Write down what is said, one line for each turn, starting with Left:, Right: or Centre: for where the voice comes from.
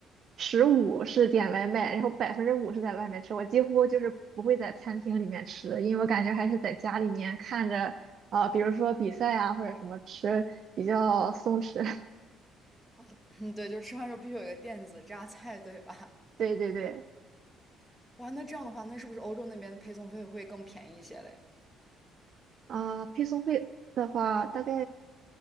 Right: 十五是点外卖，然后百分之五是在外面吃。我几乎就是不会在餐厅里面吃的，因为我感觉还是在家里面看着啊，比如说比赛啊或者什么吃比较松弛。<laughs>
Centre: <clears throat> 嗯，对，就是吃饭的时候必须有一个电子榨菜，对吧？
Right: 对对对。
Centre: <laughs> 哇，那这样的话，那是不是欧洲那边的配送费会更便宜一些嘞？
Right: 啊、配送费的话，大概